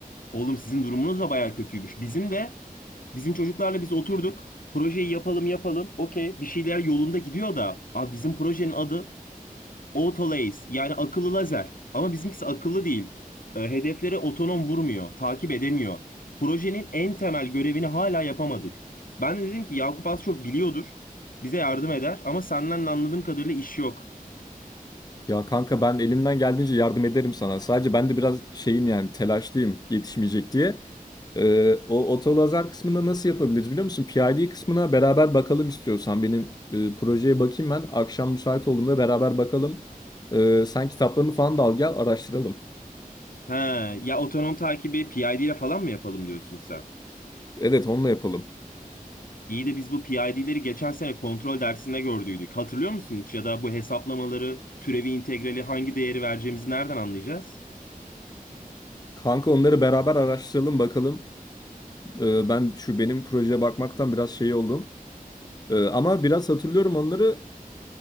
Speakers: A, on the left (about 65°); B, on the left (about 25°).
A: Oğlum sizin durumunuz da baya kötüymüş. Bizim de Bizim çocuklarla biz oturduk. Projeyi yapalım yapalım. Okey bir şeyler yolunda gidiyor da. Abi bizim projenin adı Autolace yani akıllı lazer. Ama bizimkisi akıllı değil. E, hedeflere otonom vurmuyor. Takip edemiyor. Projenin en temel görevini hala yapamadık. Ben de dedim ki Yakup az çok biliyordur. Bize yardım eder ama senden de anladığım kadarıyla iş yok.
B: Ya kanka ben elimden geldiğince yardım ederim sana. Sadece ben de biraz şeyim yani telaşlıyım yetişmeyecek diye. Ee, o otolazar kısmında nasıl yapabiliriz biliyor musun? PID kısmına beraber bakalım istiyorsan. Benim e, projeye bakayım ben. Akşam müsait olduğumda beraber bakalım. Ee, sen kitaplarını falan da al gel araştıralım.
A: He, ya otonom takibi PID ile falan mı yapalım diyorsun sen?
B: Evet onunla yapalım.
A: İyi de biz bu PID'leri geçen sene kontrol dersinde gördüydük. Hatırlıyor musun hiç? Ya da bu hesaplamaları, türevi integrali hangi değeri vereceğimizi nereden anlayacağız?
B: Kanka onları beraber araştıralım bakalım. Ee, ben şu benim projeye bakmaktan biraz şey oldum. Ee, ama biraz hatırlıyorum onları.